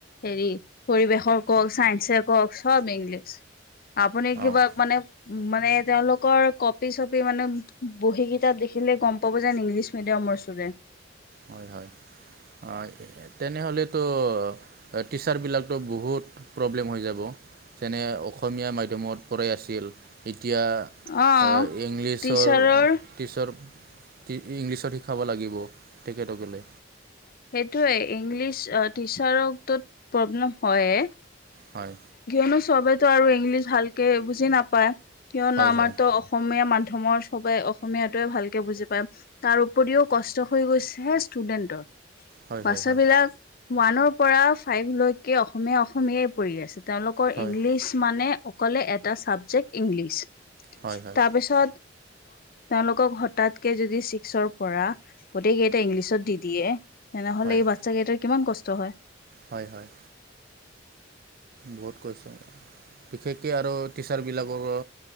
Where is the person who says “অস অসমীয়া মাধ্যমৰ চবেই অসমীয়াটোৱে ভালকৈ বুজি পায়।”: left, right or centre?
Left